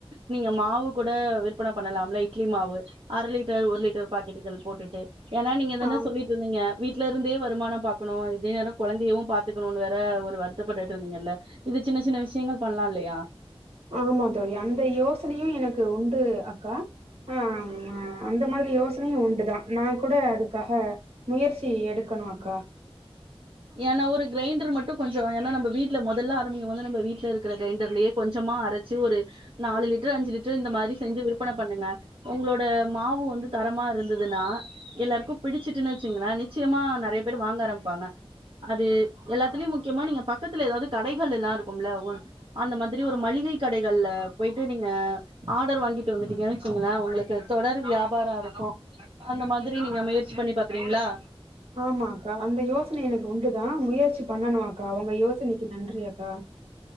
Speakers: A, on the right; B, on the right.
A: நீங்க மாவு கூட விற்பனை பண்ணலாம்ல இட்லி மாவு அரை லிட்டர் ஒரு லிட்டர் பாக்கெட்டுகள் போட்டுட்டு ஏன்னா நீங்க தானே
B: ஆ
A: சொல்லிட்டுருந்தீங்க வீட்டுல இருந்தே வருமானம் பாார்கணும் இதே நேரம் குழந்தையவு பாாரத்துக்கணும்னு வேற ஒரு வருத்தப்பட்டுட்டு இருந்தீங்கல்ல இது சின்ன சின்ன விஷயங்கள் பண்ணலாம் இல்லையா
B: ஆமா தோழி அந்த யோசனையும் எனக்கு உண்டு அக்கா ஆஹ் அந்த மாதிரி யோசனையும் உண்டுதான் நான் கூட அதுக்காக முயற்சி எடுக்கணும் அக்கா
A: ஏன்னா ஒரு கிரைண்டர் மட்டும் கொஞ்சம் ஏன்னா நம்ம வீட்டுல முதல்ல ஆரம்பிங்க வந்து நம்ம வீட்டுல இருக்கிற கிரைண்டர்லயே கொஞ்சமா அரைச்சு ஒரு நாலு லிட்டர் அஞ்சு லிட்டர் இந்த மாதிரி செஞ்சு விற்பனை பண்ணுங்க உங்களோட மாவு வந்து தரமா இருந்ததுன்னா எல்லாருக்கும் பிடிச்சுட்டுன்னு வச்சுங்களேன் நிச்சயமா நிறைய பேர் வாங்க ஆரம்பிப்பாங்க அது எல்லாத்துலயும் முக்கியமா நீங்க பக்கத்துல ஏதாவது கடைகள் எல்லாம் இருக்கும்ல அந்த மாதிரி ஒரு மளிகை கடைகள்ல போயிட்டு நீங்க ஆடர் வாங்கிட்டு வந்துட்டீங்கு வச்சீங்களன் உங்களுக்கு தொடர் வியாபாரம் இருக்கும் அந்த மாதிரி நீங்க முயற்சி பண்ணி பாக்குறீங்களா
B: ஆமாக்கா அந்த யோச எனக்கு உண்டுதான் முயற்சி பண்ணனும் அக்கா உங்க யோசனைக்கு நன்றி அக்கா